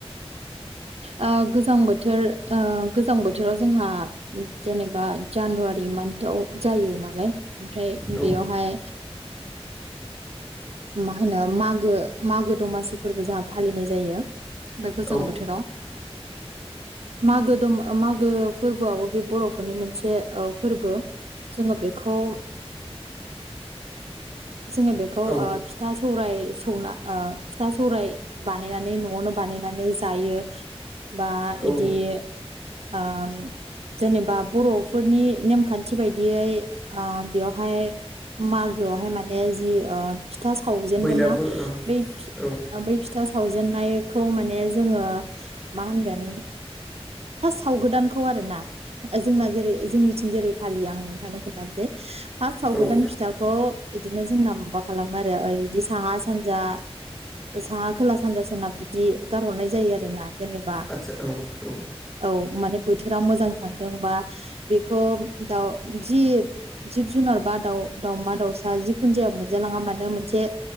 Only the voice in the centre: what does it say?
औ
औ
औ
औ
बैलागुर
ओं
औ
औ
आदसा औ औ